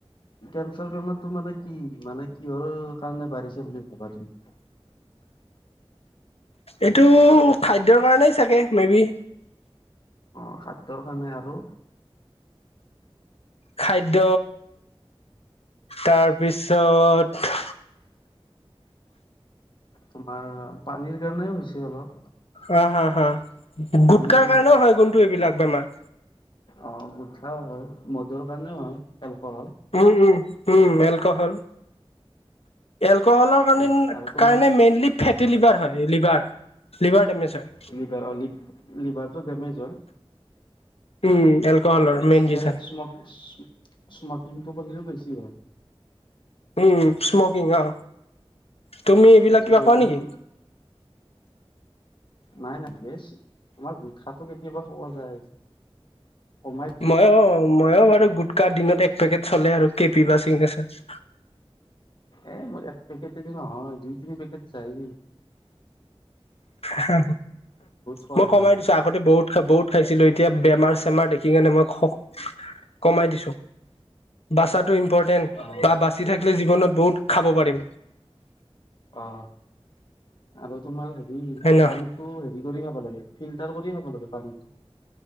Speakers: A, on the left; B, on the left.
A: কেঞ্চাৰ বেমাৰটো মানে কি? মানে কিহৰ কাৰণে বাঢ়িছে বুলি ভাবা তুমি?
B: এইটো খাদ্যৰ কাৰণেই চাগে মে বি।
A: অ', খাদ্যৰ কাৰণে আৰু
B: খাদ্য। তাৰপিছত।
A: তোমাৰ পানীৰ সেই কাৰণেও হৈছে অলপ।
B: হা হা হা গুটকাৰ
A: পানীটো
B: কাৰণেও হয় গুণটো এইবিলাক বেমাৰ।
A: অ', গুটকা হয় মদৰ কাৰণেও হয় এলক'হল।
B: উম, উম, উম এলক'হল এল ক'হলৰ কাৰণে
A: উম, আৰু তোমাৰ
B: কাৰণে মেইনলি ফেটি লিভাৰ হয়। লিভাৰ লিভাৰ ডেমেজ হয়
A: লিভাৰ অ লি-লিভাৰ টো ডেমেজ হয়।
B: উম, এলক'হলৰ
A: আৰু এই
B: মেইন
A: চিগাৰেট
B: ৰিজন
A: স্মক স্মকিংটো কৰিলেও বেছি হয়।
B: উম, স্মকিং অ। তুমি এইবিলাক
A: এইটো
B: কিবা
A: কৰিলেও
B: খোৱা নেকি?
A: নাই নাই গেছ আমাৰ গোটখাটো কেতিয়াবা খোৱা যায়। কমাই
B: ময়ো ময়ো বাৰু গুটকা দিনত এক পেকেট চলে আৰু কে পি বা চিগনেচাৰ।
A: এ মোৰ এক পেকেট এদি নহয় দুই, তিনি পেকেট যায়ে।
B: হা
A: খোৱা
B: মই কমাই
A: যায়
B: দিছো আগতে বহুত, বহুত খাইছিলো এতিয়া বেমাৰ চেমাৰ দেখি কেনে মই খ কমাই দিছো বাচাটো ইম্পৰ্টেণ্ট। ‌
A: অ
B: বা বাচি থাকিলে জীৱনত বহুত খাব পাৰিম।
A: অ আৰু তোমাৰ হেৰি
B: হয় ন
A: পানীতো হেৰি কৰি খাব লাগে। ফিল্টাৰ কৰি খাব লাগে পানীটো